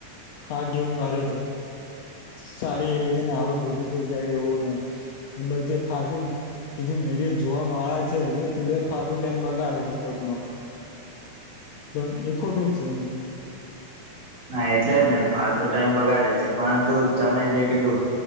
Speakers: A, on the left; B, on the right.
A: આગ જેવું મારે છે. સારી એવી એને આવક ઉભી થઈ જાય એવું ને જે ફતુને એજ મેડિયો જોવા મળળા છે ને એ બે ફતુ ટાઈમ બગાડે છે મોજ નો તો એ ખોટું છે.
B: ના એટલે જ ને ફાલતુ ટાઈમ બગાડે છે પરંતુ તમે જે કીધું.